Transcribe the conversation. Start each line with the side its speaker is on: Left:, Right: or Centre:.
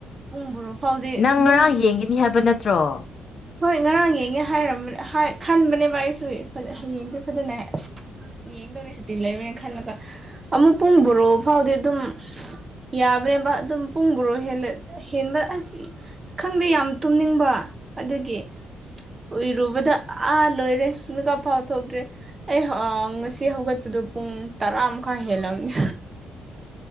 Right: ꯄꯨꯡ ꯕꯥꯔꯣ ꯐꯥꯎꯗꯤ
Left: ꯅꯪ
Right: ꯑꯗꯨꯝ
Left: ꯉꯔꯥꯡ ꯌꯦꯡꯒꯅꯤ ꯍꯥꯏꯕ ꯅꯠꯇ꯭ꯔꯣ
Right: ꯍꯣꯏ ꯉꯔꯥꯡ ꯌꯦꯡꯉꯦ ꯍꯥꯏꯔꯝꯕ ꯈꯟꯕꯅꯦꯕ ꯑꯩꯁꯨ ꯍꯌꯦꯡꯗꯤ ꯐꯖꯅ ꯍꯥꯏ ꯌꯦꯡꯗꯧꯅꯦ ꯁꯨꯇꯤ ꯂꯩꯕꯅꯤꯅꯥ ꯈꯜꯂꯒ ꯑꯃꯨꯛ ꯄꯨꯡ ꯕꯥꯔꯣ ꯐꯥꯎꯗꯤ ꯑꯗꯨꯝ ꯌꯥꯕꯅꯦꯕꯥ ꯑꯗꯨꯝ ꯄꯨꯡ ꯕꯣꯔꯣ ꯍꯦꯟꯂꯥ ꯍꯦꯟꯂꯥ ꯑꯁ ꯈꯪꯗꯦ ꯌꯥꯝ ꯇꯨꯝꯅꯤꯡꯕ ꯑꯗꯨꯒꯤ ꯎꯏꯔꯨꯕꯗ ꯑꯥ ꯂꯣꯏꯔꯦ ꯃꯤꯀꯞ ꯐꯥꯎ ꯊꯣꯛꯇ꯭ꯔꯦ ꯑꯩ ꯉꯁꯤ ꯍꯧꯒꯠꯄꯗꯣ ꯄꯨꯡ ꯇꯔꯥꯃꯥꯏ ꯍꯦꯜꯂꯝꯕꯅꯦ